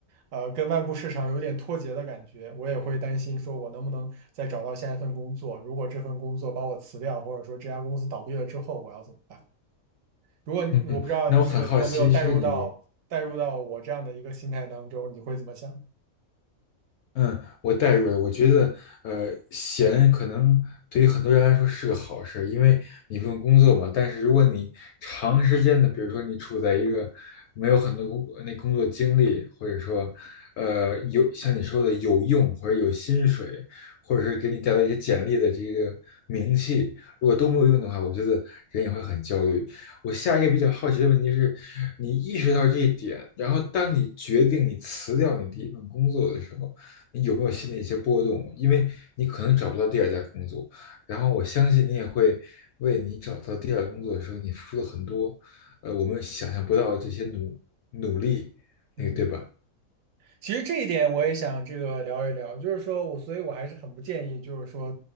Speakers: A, on the right; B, on the left.
A: 呃，跟外部市场有点脱节的感觉。我也会担心说我能不能再找到下一份工作，如果这份工作把我辞掉，或者说这家公司倒闭了之后，我要怎么办？如果你我不知道这个你有没有带入到带入到我这样的一个心态当中，
B: 嗯，那我很好奇，是你，
A: 你会怎么想？
B: 嗯，我代入了。我觉得，呃，闲可能对于很多人来说是个好事儿，因为你不用工作嘛。但是如果你长时间的，比如说你处在一个没有很多工那工作经历，或者说，呃，有像你说的有用或者有薪水，或者是给你带来一些简历的这个名气，如果都没有用的话，我觉得人也会很焦虑。我下一个比较好奇的问题是，你意识到这一点，然后当你决定你辞掉你第一份工作的时候。你有没有心里一些波动？因为你可能找不到第二家工作，然后我相信你也会为你找到第二个工作的时候，你付出了很多，呃，我们想象不到的这些努努力，
A: 嗯。
B: 那个对吧？
A: 其实这一点我也想这个聊一聊，就是说我，所以我还是很不建议，就是说，